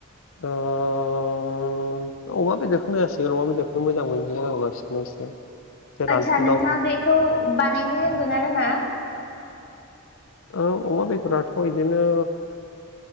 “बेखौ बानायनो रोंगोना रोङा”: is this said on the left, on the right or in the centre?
Left